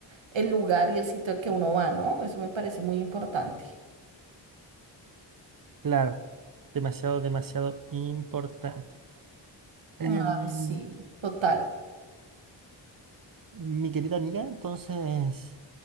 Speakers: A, on the right; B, on the right.
A: el lugar y el sitio al que uno va, ¿no? Eso me parece muy importante.
B: Claro, demasiado, demasiado importante. Em,
A: Ay, sí, total.
B: Mi querida amiga, entonces